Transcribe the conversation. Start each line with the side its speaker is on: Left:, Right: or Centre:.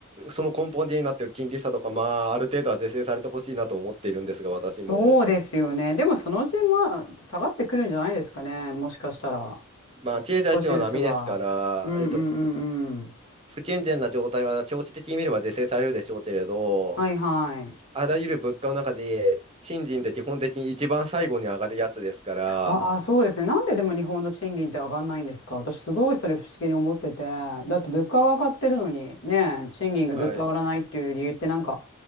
Right: その根本的になっている金利差とか、まあ、ある程度は是正されてほしいなと思っているんですが、私も。
Left: そうですよね。でも、そのうち、まあ、下がってくるんじゃないですかね。もしかしたら。
Right: まあ、経済っていうのは波ですから、
Left: 少しずつは。うんうんうんうん。
Right: えっと、不健全な状態は長期的に見れば是正されるでしょうけれど、
Left: はいはい。
Right: あらゆる物価の中で、賃金って基本的に一番最後に上がるやつですから、
Left: ああ、そうですね。なんででも日本の賃金って上がんないんですか私すごいそれ不思議に思ってて。だって物価が上がってるのに、ねえ、賃金がずっと上がらないっていう理由ってなんか、
Right: はい。